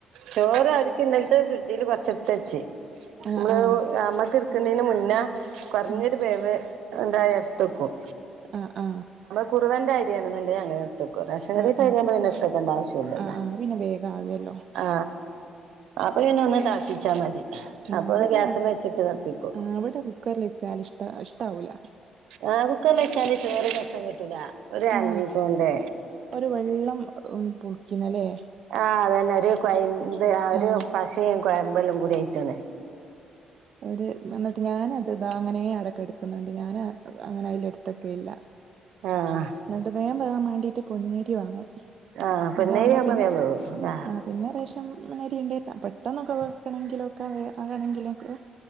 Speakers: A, on the right (about 80°); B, on the right (about 55°).
A: ചോറ് അവര്ക്ക് ഇന്നല്ത്തെ ഫ്രിഡ്ജില് കൊറ്ച്ട്ത്തച്
B: ആഹ്
A: മ്മള്
B: ആഹ്
A: അമ്മക് ക്ന്നേന് മുന്നേ കൊറ്ഞ്ഞൊരു
B: ആഹ്
A: പേവ് ഇണ്ടായാ ഇട്ത്തക്കും
B: ആ ആ
A: കുറുവന്റെ അരിയാണെന്നുണ്ടെങ്കി അങ്ങനെ <unintelligible>
B: ആഹ് ആഹ്
A: ആവശ്യം ഇല്ലല്ലോ
B: ആഹ് ആഹ് പിന്നെ വേഗം ആകല്ലോ
A: ആ അപ്പൊ പിന്നെ അങ്ങനെയിതാക്കിച്ചാ മതി
B: ആ
A: അപ്പൊ
B: അവടെ
A: ഒന്ന് ഗ്യാസ്മ്മെ വെച്ചിട്ട് തളപ്പിക്കും
B: ആ അവടെ കുക്കറില്ച്ചാൽ ഇഷ്ട ഇഷ്ടാവൂല
A: ആ കുക്കറില് വെച്ചാല് ഇത്രയൊരു രസം കിട്ടൂല ഒരു അല്ലികൊണ്ട്
B: ആ ഒരു വെള്ളം പുളിക്കുന്നല്ലേ
A: ആ അതന്നെ ഒരു കൊയമ്പ് ആ ഒരു
B: ആഹ്
A: പശേം കൊയ്മ്പെല്ലാം കൂടിയായിട്ടുള്ളെ
B: ഒര് വന്നിട്ട് ഞാനത് താ അങ്ങനെയേ അവടെ കെട്ക്കണുണ്ട് ഞാന് അങ്ങനെ അയ്ല്ട്ത്തെക്കില്ല
A: ആഹ്
B: ന്നിട്ട് വേം വേകാം വേണ്ടി പൊന്നേരി വാങ്ങും
A: ആഹ് പൊന്നരി
B: അതാകുമ്പോ
A: ആവുമ്പോ
B: പിന്നെ
A: വേഗം വേവും
B: ആ പിന്നെ റേഷൻ നരി ഉണ്ടേൽ പെട്ടെന്നൊക്കെ വെക്കണങ്കിലോക്കെ <unintelligible>